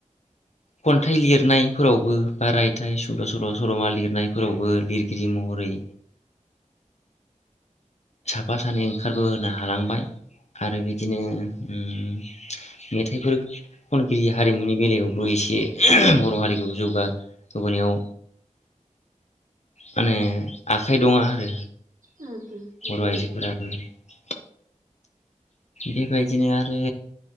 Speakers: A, on the left; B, on the right.
A: खन्थाइ लिरनायफोरावबो बा रायथाइ सुंद सल सलमा लिरनायफोरावबो लिरगिरि महरै साफा सानै ओंखारबो होनो हालांबाय। आरो
B: उम
A: बिदिनो मेथाइफोर खनगिरि हारिमुनि बेलायावबो एसे बरहारिखौ जौगाहोबोनायाव माने आखाइ दङ आरो
B: उम नंगौ
A: बर'
B: नोंथां
A: आइजोफोराबो <inaudible> बेबायदिनो आरो